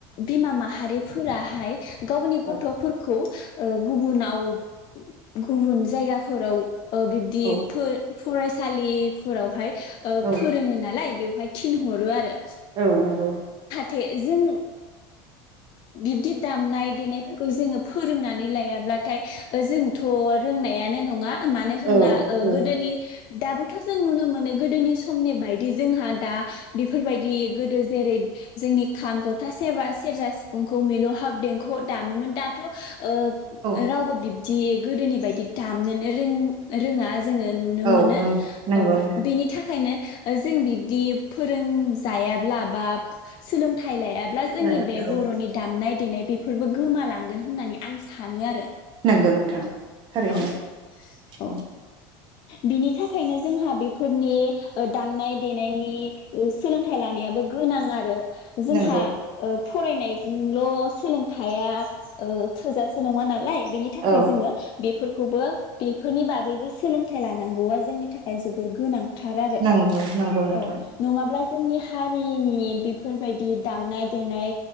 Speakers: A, on the left; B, on the right.
A: बिमा माह हारिफोराहाय गावनि
B: औ
A: गथफोरखौ ओह गुबुनाव गुबुन जायगाफोराव ओ बिब्दिफोर
B: औ
A: फरायसालिफोरावहाय ओ
B: औ
A: फोरोङो नालाय बेवहाय थिनहरो आरो
B: औ नंगौ।
A: थे जों बिब्दि दामनाय देनायफोरखौ जोङो फोरोंनानै लायाब्लाथाय जोंथ रोंनायानो नङा। मानो होनोमब्ला
B: औ
A: ओ
B: औ
A: गोदोनि दाबोथ जों नुनो मोनो गोदोनि समनि बायदि जोंहा दा बेफोरबायदि गोदो जेरै जोंनि खाम जथा सेबास सेरजा सिफुंखौ मिलौहाब देंख दामोमोन दाथ ओ
B: औ
A: रावबो बिब दि गोदोनि बायदि दामनोनो रों रोंङा जोंङो नुनो
B: औ
A: मोनो
B: नंगौ
A: औ
B: नोंथां
A: बेनि थाखायनो जों बिब्दि फोरोंजायाब्ला बा सोलोंथाइ लाया ब्ला जोंनि
B: लायाब्ला
A: बरनि
B: औ
A: दाम दानाय देनाय बेफोरबो गोमालांगोन होननानै आं सानो आरो
B: नोंगौ नोंथां थारैनो
A: औ-औ
B: औ
A: बिनि थाखायनो जोंहा बेफोरनि दामनाय देनायनि सोलोंथाइ लानायाबो गोनां आरो जोंहा
B: नंगौ
A: फरायनायजोंल सोलोंथाइख ओ थोजासे नंङा नालाय बेनि थाखाय
B: औ
A: जोंङो बेफोरखौबो बेफोरनि बागैबो सोलोंथाइ लानांगौआ जोंनि थाखाय जोबोर गोनां थार आरो
B: नंगौ नंगौ नोंथां
A: औ नंङाब्ला जोंनि हारिनि बेफोरबायदि दामनाय देनाय